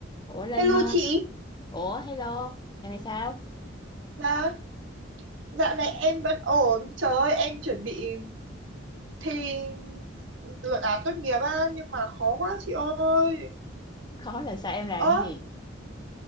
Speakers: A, on the left; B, on the right.
A: Ủa Linh
B: Hello
A: ơi,
B: chị,
A: ủa hello, giờ này sao?
B: dạ, dạo này em vẫn ổn, trời ơi em chuẩn bị thi luận án tốt nghiệp á, nhưng mà khó quá chị ơi.
A: Khó là sao em làm
B: Ơ,
A: cái gì?